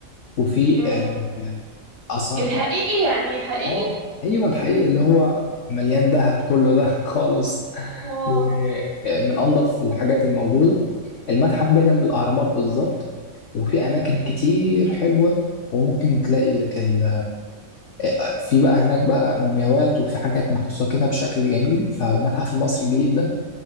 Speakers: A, on the left; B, on the right.
A: وفيه
B: اه
A: آه، آثار
B: الحقيقي يعني حقيقي
A: اه ايوه الحقيقي اللي هو مليان ذهب كله ده خالص
B: واو
A: ومن انظف الحاجات الموجوده المتحف ده جنب
B: مم.
A: الاهرامات بالظبط وفي اماكن كتير حلوه وممكن تلاقي ال... آه، في بقى هناك بقى مومياوات وفي حاجات محطوطه كده بشكل جميل فالمتحف المصري الجديد ده